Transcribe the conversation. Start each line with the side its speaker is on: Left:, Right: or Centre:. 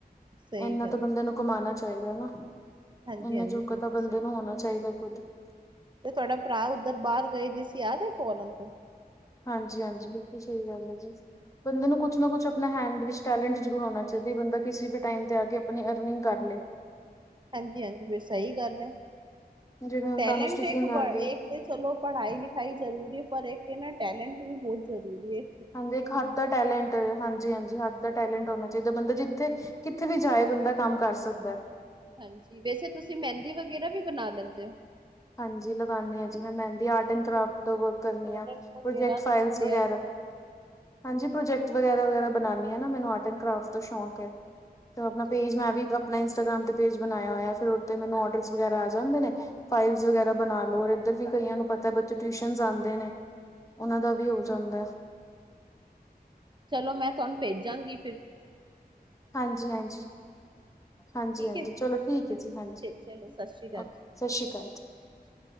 Right: ਸਹੀ
Left: ਇਨਾ
Right: ਗੱਲ
Left: ਤਾਂ ਬੰਦੇ ਨੂੰ ਕਮਾਣਾ ਚਾਹੀਦਾ ਨਾ
Right: ਹਾਂਜੀ
Left: ਇੰਨਾ
Right: ਹਾਂਜੀ
Left: ਜੋਗਾ
Right: ਬਿਲਕੁਲ
Left: ਤਾਂ ਬੰਦੇ
Right: ਸਹੀ
Left: ਨੂੰ ਹੋਣਾ ਚਾਹੀਦਾ ਕੁੁੱਦ
Right: ਤੇ ਤੁਹਾਡਾ ਭਰਾ ਉੱਧਰ ਬਾਹਰ ਗਏ ਦੇ ਸੀ ਆਗਏ ਫੋਰਨ ਤੋਂ
Left: ਹਾਂਜੀ-ਹਾਂਜੀ ਬਿਲਕੁਲ ਸਹੀ ਗੱਲ ਹੈ ਜੀ ਬੰਦੇ ਨੂੰ ਕੁਛ ਨਾ ਕੁਛ ਆਪਣਾ ਹੈਂਡ ਵਿੱਚ ਟੈਲੈਂਟ ਜ਼ਰੂਰ ਹੋਣਾ ਚਾਹੀਦਾ ਬੰਦਾ ਕਿਸੇ ਵੀ ਟਾਈਮ ਤੇ ਆ ਕੇ ਆਪਣੀ ਅਰਨਿੰਗ ਕਰ ਲਏ
Right: ਹਾਂਜੀ-ਹਾਂਜੀ ਫਿਰ ਸਹੀ ਗੱਲ ਹੈ
Left: ਜਿਵੇਂ ਹੁਣ
Right: ਟੈਲੈਂਟ
Left: ਤੁਹਾਨੂੰ ਸਟਿਚਿੰਗ
Right: ਇੱਕ
Left: ਆਉਂਦੀ
Right: ਤੇ ਚਲੋ ਪੜ੍ਹਾਈ ਲਿਖਾਈ ਜ਼ਰੂਰੀ ਪਰ ਇੱਕ ਇਹ ਨਾ ਟੈਲੈਂਟ ਵੀ ਬਹੁਤ ਜ਼ਰੂਰੀ ਏ
Left: ਹਾਂਜੀ ਇੱਕ ਹੱਥ ਦਾ ਟੈਲੈਂਟ ਹਾਂਜੀ-ਹਾਂਜੀ ਹੱਥ ਦਾ
Right: ਹਾਂਜੀ
Left: ਟੈਲੈਂਟ ਹੋਣਾ ਚਾਹੀਦਾ ਬੰਦਾ ਜਿ ਥੇ ਕਿੱਥੇ ਵੀ ਜਾਏ, ਬੰਦਾ-ਕੰਮ ਕਰ ਸਕਦੈ
Right: ਹਂਜੀ, ਵੈਸੇ ਤੁਸੀਂ--ਮੈਂਦੀ ਵਗੈਰਾ ਵੀ, ਬਣਾ ਲੈਂਦੇ ਓ?
Left: ਹਾਂਜੀ, ਲਗਾਨੇਂ ਹਾਂ ਜੀ, ਮੈਂ ਮੈਂਦੀ ਆਰਟ ਐਂਡ ਕਰਾਫਟ ਦਾ ਵੱਕ ਕਰਨੀ
Right: ਕੁਛ ਔਡਰ
Left: ਆ,
Right: ਵਗੈਰਾ
Left: ਪ੍ਰੋਜੈਕਟ ਫਾਈਲਜ਼
Right: ਤੁਸੀਂ ਲਿਆ
Left: ਵਗੈਰਾ,
Right: ਕਰੋ।
Left: ਹਾਂਜੀ ਪ੍ਰੋਜੈਕਟ ਵਗੈਰਾ-ਵਗੈਰਾ ਬਣਾਨੀ ਆ ਨਾ, ਮੈਨੂੰ ਆਰਟ ਐਂਡ ਕਰਾਫਟ ਤੋਂ ਸ਼ੌਕ ਹੈ, ਤਾ-ਆਪਣਾ
Right: ਅੱਛਾ
Left: ਪੇਜ
Right: ਅੱਛਾ
Left: ਮੈਂ ਵੀ ਆਪਣਾ ਗ੍ਰਾਮ ਤੇ ਪੇਜ ਬਣਾਇਆ ਹੋਇਆ। ਫੇਰ ਓਥੇ ਮੈਨੂੰ ਅੱਰਡਰਸ ਵਗੈਰਾ ਆ ਜਾਂਦੇ ਨੇ ਫਾਈਲਸ ਵਗੈਰਾ ਬਣਾ ਲੋ, ਰ ਇਧਰ ਵੀ ਕਈਆਂ ਨੂੰ ਪਤਾ--ਬੱਚੇ ਟਿਊਸ਼ਨਸ ਆਂਦੇ ਨੇ ਓਨਾ
Right: ਅੱਛਾ
Left: ਦਾ
Right: ਅੱਛਾ।
Left: ਵੀ ਹੋ ਜਾਂਦੈਂ
Right: ਚਲੋ ਮੈਂ ਤੁਹਾਨ ਭੇਜਾਂਗੀ
Left: ਹਾਂਜੀ ਹਾਂਜੀ ਹਾਂਜੀ
Right: ਠੀਕ
Left: ਹਾਂਜੀ
Right: ਹੈ,
Left: ਚਲੋ ਠੀਕ ਹੈ
Right: ਹਾਂ,
Left: ਜੀ ਹਾਂਜੀ
Right: ਚਲੋ, ਸਤਿ ਸ੍ਰੀ ਅਕਾਲ
Left: ਓਕੇ
Right: ਜੀ
Left: ਸਤਿ ਸ਼੍ਰੀ ਅਕਾਲ
Right: <inaudible>